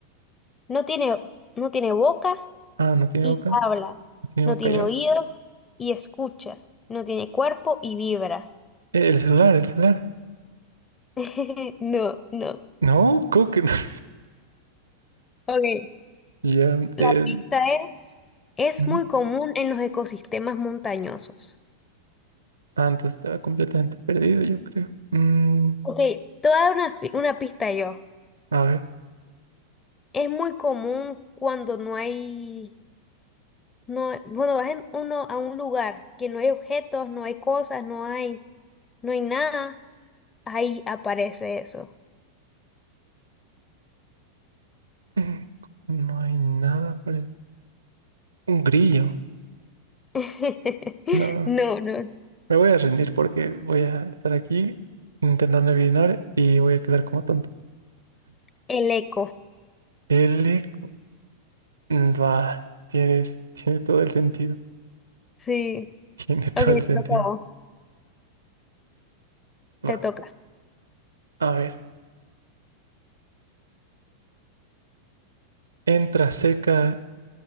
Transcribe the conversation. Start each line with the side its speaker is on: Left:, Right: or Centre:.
Left: No tiene, no tiene boca
Right: Ah, no tiene
Left: y
Right: boca.
Left: habla,
Right: No tiene
Left: no
Right: boca
Left: tiene
Right: ya.
Left: oídos y escucha, no tiene cuerpo y vibra.
Right: Eh, el celular, el celular.
Left: <laughs> No, no.
Right: No, ¿cómo que no? <laughs>
Left: Ok.
Right: Ya,
Left: La
Right: eh,
Left: pista es, es
Right: ujú.
Left: muy común en los ecosistemas montañosos.
Right: Antes estaba completamente perdido, yo creo. Mm,
Left: Ok, te voy a dar una, fi- una pista yo.
Right: a ver,
Left: Es muy común cuando no hay, no, bueno, vas en uno a un lugar que no hay objetos, no hay cosas, no hay, no hay nada, ahí aparece eso.
Right: Mm, no hay nada para... Un grillo.
Left: <laughs>
Right: No,
Left: No, no,
Right: me voy a rendir porque voy a estar aquí intentando adivinar y voy a quedar como tonto.
Left: el eco.
Right: L... Mm, Va, tienes, tiene todo el sentido.
Left: Sí.
Right: Tiene todo
Left: Ok,
Right: el
Left: te
Right: sentido.
Left: toca a vos. Te
Right: Va,
Left: toca.
Right: a ver. Entra seca